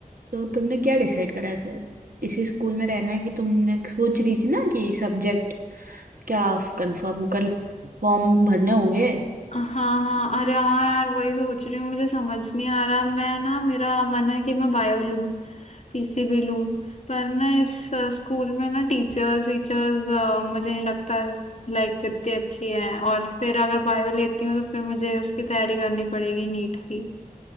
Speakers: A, on the right; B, on the left.
A: तो तुमने क्या डिसाइड करा है फिर इसी स्कूल में रहना है कि तुमने सोच रही थी ना कि सब्जेक्ट क्या कंफर्म कल फॉर्म भरने होंगे
B: हाँ हाँ हाँ। अरे हाँ यार वही सोच रही हूँ मुझे समझ नहीं आ रहा मैं ना मेरा मन है कि मैं बायो लूँ पीसीबी लूँ पर ना इस अ, स्कूल में ना टीचर्स टीचर्स मुझे नहीं लगता लाइक इतनी अच्छी है और फिर अगर बायो लेती हूँ तो फिर मुझे उसकी तैयारी करनी पड़ेगी नीट की